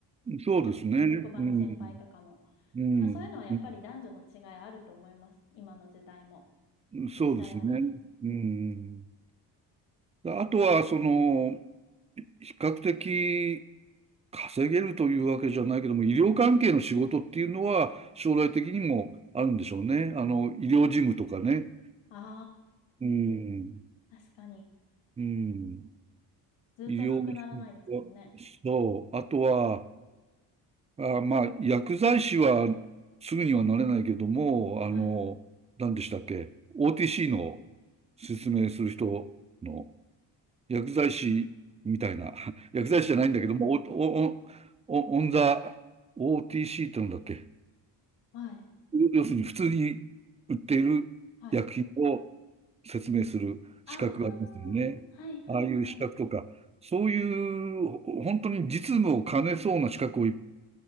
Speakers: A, on the right; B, on the left.
A: そうですね。
B: 職、職場の先輩とかも。
A: うん、うん、
B: まあ、そういうのはやっぱり男女の違いあると思います。
A: うん
B: 今の時代も。
A: そうですね。
B: 実際はね。
A: うん。あとは、その、比較的稼げるというわけじゃないけども、医療関係の仕事っていうのは将来的にもあるんでしょうね。あの、医療事務とかね。
B: あ
A: うん。
B: あ、確かに。
A: うん。
B: ずっとなくならないですもんね。
A: 医療従事者そう。あとは、あ、まあ、薬剤師はすぐにはなれないけども、あの、
B: はい。
A: 何でしたっけ ?OTC の説明する人の薬剤師みたいな、<laughs> 薬剤師じゃないんだけども、お、お、お、オンザ、OTC ってなんだっけ
B: はい。
A: 要するに普通に売っている薬品を
B: はい。
A: 説明する資格がありますよね。
B: ああ、はいはいはい
A: ああいう資格とか、そういうほ本当に実務を兼ねそうな資格をい、